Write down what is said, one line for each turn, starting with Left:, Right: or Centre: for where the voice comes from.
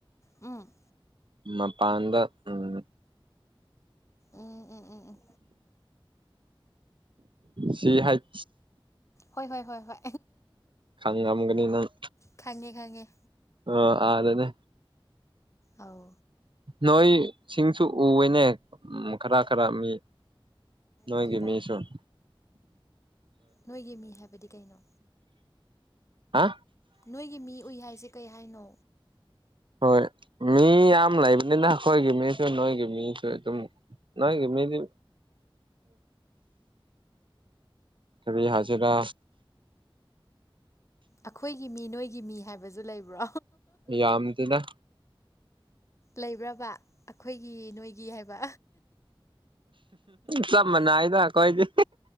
Left: ꯎꯝ
Right: ꯃꯄꯥꯟꯗ ꯎꯝ
Left: ꯎꯝ ꯎꯝ ꯎꯝ ꯎꯝ
Right: ꯁꯤꯍꯠ
Left: ꯍꯣꯏ ꯍꯣꯏ ꯍꯣꯏ ꯍꯣꯏ
Right: ꯈꯪꯉꯝꯒꯅꯤ ꯅꯪ
Left: ꯈꯪꯉꯦ ꯈꯪꯉꯦ
Right: ꯑ ꯑꯗꯅꯦ
Left: ꯑꯧ
Right: ꯅꯣꯏ ꯁꯤꯡꯁꯨ ꯎꯋꯦꯅꯦ ꯈꯔ ꯈꯔ ꯃꯤ ꯅꯒꯤ
Left: ꯀꯩꯕꯣ
Right: ꯃꯤꯁꯣꯔ
Left: ꯅꯣꯏꯒꯤ ꯃꯤ ꯍꯥꯏꯕꯗꯤ ꯀꯩꯅꯣ
Right: ꯍꯥ
Left: ꯅꯣꯏꯒꯤ ꯃꯤ ꯎꯏ ꯍꯥꯏꯁꯦ ꯀꯩ ꯍꯥꯏꯅꯣ
Right: ꯍꯣꯏ ꯃꯤ ꯌꯥꯝꯝ ꯂꯥꯏꯕꯗ ꯍꯒꯦꯃꯤꯁꯨ ꯅꯣꯏꯒꯦ ꯃꯤꯁꯨꯝ ꯅ ꯃꯤꯗꯤ ꯐ ꯍꯖꯤꯔꯥ
Left: ꯑꯩꯈꯣꯏꯒꯤ ꯃꯤ ꯅꯣꯏꯒꯤ ꯃꯤ ꯍꯥꯏꯕꯁꯨ ꯂꯩꯕ꯭ꯔꯣ
Right: ꯌꯥꯝꯝꯗꯗ
Left: ꯂꯩꯕ꯭ꯔꯕ ꯑꯩꯈꯣꯏꯒꯤ ꯅꯣꯏꯒꯤ ꯍꯥꯏꯕ
Right: ꯁ ꯃꯅꯥꯏꯗ ꯀꯣꯏꯗꯤ